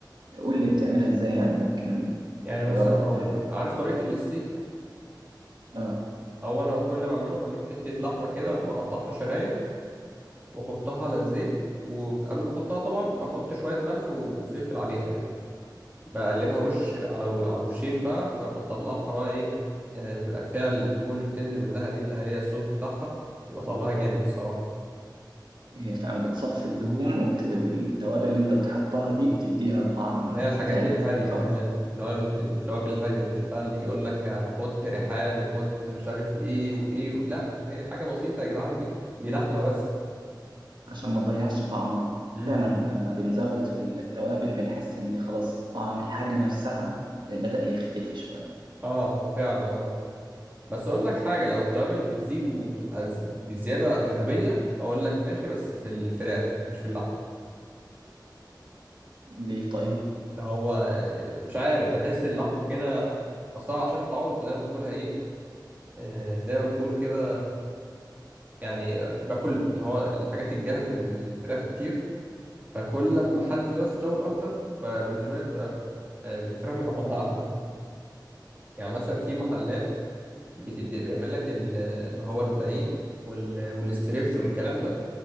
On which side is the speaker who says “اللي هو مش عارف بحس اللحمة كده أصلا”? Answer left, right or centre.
Right